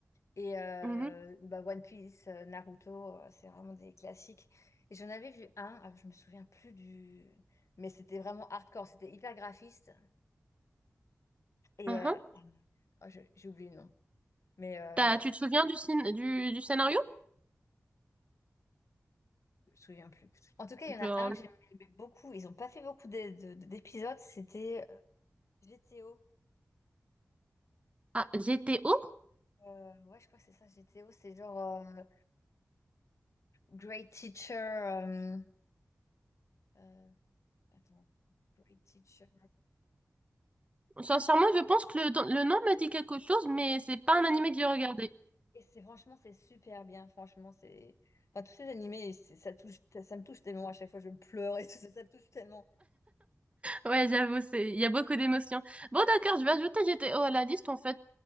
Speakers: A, on the left; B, on the right.
A: Et euh,
B: Mhm.
A: bah, One Piece, euh, Naruto, euh, c'est vraiment des classiques. Et j'en avais vu un, alors je me souviens plus du. Mais c'était vraiment hardcore, c'était hyper graphiste. Et
B: Mhm.
A: euh, oh mon Dieu. Oh, je- j'ai oublié le nom, mais euh,
B: T'as- tu te souviens du, scén- du, du scénario?
A: je me souviens plus. En tout cas, il y en
B: Genre...
A: a un que j'aimais beaucoup. Ils ont pas fait beaucoup d'é- de- de- d'épisodes. C'était. GTO.
B: Ah, GTO?
A: Euh, ouais, je crois que c'est ça, GTO. C'est genre euh, Great Teacher. euh, euh, attends, Great Teacher.
B: Sincèrement, je pense que le, le nom me dit quelque chose, mais c'est pas
A: Et
B: un
A: c'est
B: animé que j'ai regardé.
A: et c'est- franchement, c'est super bien. Franchement, c'est. Enfin, tous ces animés, c'est- ça touche, ça, ça me touche tellement. À chaque fois, je pleure et <laughs> tout ça, ça me touche tellement.
B: Ouais, j'avoue, c'est, il y a beaucoup d'émotions. Bon, d'accord, je vais ajouter GTO à la liste, en fait.